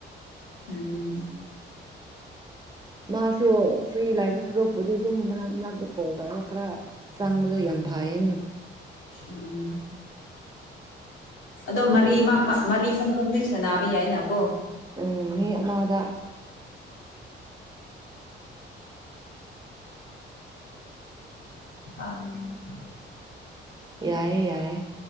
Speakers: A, on the left; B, on the right.
A: ꯎꯝ꯫
B: ꯃꯥꯁꯨ ꯐ꯭ꯔꯤ ꯂꯩꯕ ꯁꯔꯨꯛꯄꯨꯗꯤ ꯑꯗꯨꯝ ꯃꯔꯛ ꯃꯔꯛꯇ ꯀꯣꯜ ꯇꯧꯔꯒ ꯈꯔ ꯆꯪꯕꯗꯣ ꯌꯥꯝ ꯐꯌꯦꯅ꯫
A: ꯎꯝ ꯑꯗꯣ ꯃꯔꯤꯃꯛ ꯃ ꯃꯔꯤꯃꯨꯛ ꯃꯨꯛꯗꯤ ꯁꯥꯟꯅꯕ ꯌꯥꯏꯅꯀꯣ꯫
B: ꯎꯝ ꯃꯤ ꯑꯃꯥꯗ꯫
A: <unintelligible>
B: ꯌꯥꯏꯌꯦ ꯌꯥꯏꯌꯦ